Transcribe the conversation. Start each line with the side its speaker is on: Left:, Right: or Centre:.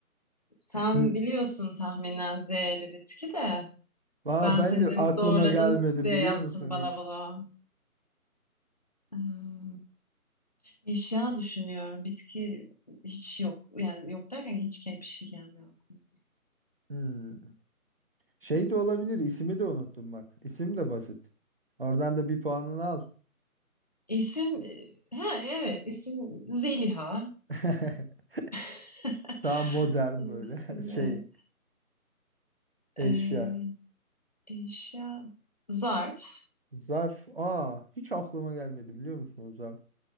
Left: Sen
Right: N-
Left: biliyorsun tahminen Z'li bitki de.
Right: Aa,
Left: Ben
Right: ben
Left: seni
Right: de
Left: demin
Right: aklıma
Left: zorladım
Right: gelmedi
Left: diye
Right: biliyor
Left: yaptın
Right: musun
Left: bana
Right: hiç?
Left: bunu. Ee, eşya düşünüyorum. Bitki hiç yok. Yani yok derken hiç bir şey gelmiyor aklıma.
Right: Hmm. Şey de olabilir. ismi de unuttum bak. İsim de basit. Oradan da bir puanını al.
Left: İsim e, ha evet isim Zeliha.
Right: <laughs>
Left: <laughs>
Right: Daha modern
Left: İsim
Right: böyle <laughs> şey
Left: e,
Right: eşya.
Left: e, eşya zarf.
Right: Zarf. Aa hiç aklıma gelmedi biliyor musun o zarf?